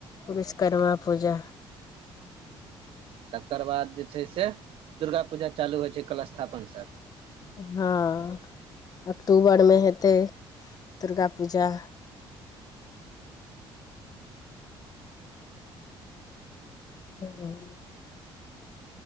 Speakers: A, on the left (about 40°); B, on the right (about 70°).
A: विश्वकर्मा पूजा
B: तकर बाद जे छै से दुर्गा पूजा चालू होइ छै कलशथापन से
A: हाँ अक्टूबरमे हेतै दुर्गा पूजा ह्म